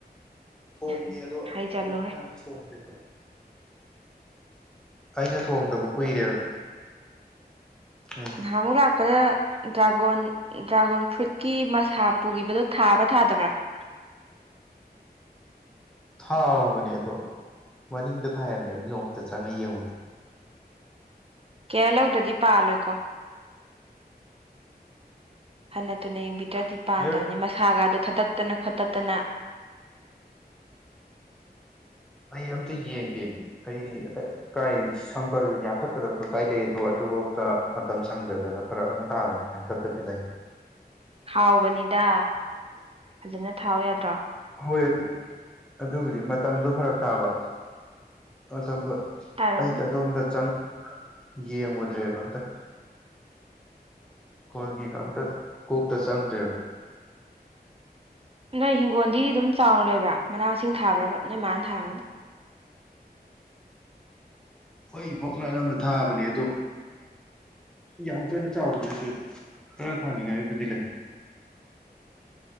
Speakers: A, in the centre; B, on the right.
A: ꯊꯣꯡꯉꯤ
B: ꯎꯝ
A: ꯑꯗꯣ
B: ꯍꯥꯏꯖꯜꯂꯣꯍꯦ
A: <inaudible> ꯊꯣꯡꯗꯦꯕ꯫ ꯑꯩꯅ ꯊꯣꯡꯗꯕ ꯀꯨꯏꯔꯦꯕ꯫ ꯎꯝ
B: ꯅꯍꯥꯃꯨꯛ ꯂꯥꯛꯄꯗ ꯗ꯭ꯔꯥꯒꯣꯟ ꯗ꯭ꯔꯥꯒꯣꯟ ꯐ꯭ꯔꯨꯏꯠꯀꯤ ꯃꯁꯥ ꯄꯨꯒꯤꯕꯗꯣ ꯊꯥꯕ꯭ꯔꯥ ꯊꯥꯗꯕ꯭ꯔꯥ꯫ <inaudible>
A: ꯊꯥꯕꯅꯦ ꯑꯗꯣ ꯃꯅꯤꯡꯗ ꯊꯥꯏꯍꯥꯏꯝꯅꯦ ꯑꯩꯗꯤ ꯅꯣꯡꯃꯇ ꯆꯪꯉ ꯌꯦꯡꯉꯨꯗꯦ꯫
B: ꯀꯦꯌꯔ ꯂꯧꯗ꯭ꯔꯗꯤ ꯄꯥꯜꯂꯣꯏꯀꯣ꯫ ꯍꯟꯅ ꯇꯨꯅ ꯌꯦꯡꯕꯤꯗ꯭ꯔꯗꯤ ꯄꯥꯟꯗꯕꯅꯤ
A: ꯀꯤꯌꯔ
B: ꯃꯁꯥꯒ ꯗꯣ ꯊꯥꯇꯠꯇꯅ ꯈꯣꯠꯇꯠꯇꯅ꯫
A: ꯑꯩ ꯑꯝꯇ ꯌꯦꯡꯗꯦ ꯃꯤ ꯑꯩ ꯑꯥꯢ ꯀꯥꯏ ꯁꯝꯕꯜ ꯌꯥꯟꯊꯠꯀꯗꯕ ꯇꯥꯏ ꯂꯩꯑꯦꯗꯣ ꯊꯕꯣꯛꯇ ꯃꯇꯝ ꯁꯪꯗꯗꯅ ꯐꯔꯛ ꯑꯃ ꯇꯥꯗꯅ ꯌꯥꯟꯊꯠꯇꯕꯤ ꯂꯩ
B: ꯍꯥꯎꯕꯅꯤꯗ ꯐꯖꯅ ꯊꯥꯎ ꯌꯥꯗ꯭ꯔꯣ
A: ꯍꯣꯏ ꯑꯗꯨꯕꯨꯗꯤ ꯃꯇꯝꯗꯣ ꯐꯔꯛ ꯇꯥꯕ ꯃꯇꯝꯗꯣ
B: ꯇꯥꯔꯝꯅꯤ
A: ꯑꯩꯗꯤ ꯑꯗꯣꯝꯗ ꯆꯪꯉ ꯌꯦꯡꯉꯨꯗ꯭ꯔꯦꯕ ꯑꯝꯇ ꯈꯣꯜꯒꯤ ꯀꯝꯇ ꯀꯣꯛꯇ ꯆꯪꯗ꯭ꯔꯦ
B: ꯅꯣꯏ ꯍꯤꯡꯒꯣꯜꯗꯤ ꯑꯗꯨꯝ ꯆꯥꯎꯅ ꯂꯩꯕ꯭ꯔꯥ ꯃꯅꯥ ꯃꯁꯤꯡ ꯊꯥꯕ꯭ꯔꯕ ꯅꯣꯏ ꯃꯥꯅ ꯊꯥꯔꯝꯒꯅꯤ
A: ꯍꯣꯏ ꯕꯣꯛ ꯂꯂꯝꯝꯕ ꯊꯥꯕꯅꯦ ꯑꯗꯣ ꯌꯥꯝ ꯀꯟꯅ ꯆꯥꯎꯕ ꯅꯠꯇꯦ ꯑꯗꯨꯗ ꯈꯔ ꯊꯥꯅꯤꯡꯉꯥꯏꯕꯨꯗꯤ ꯂꯩ
B: <inaudible>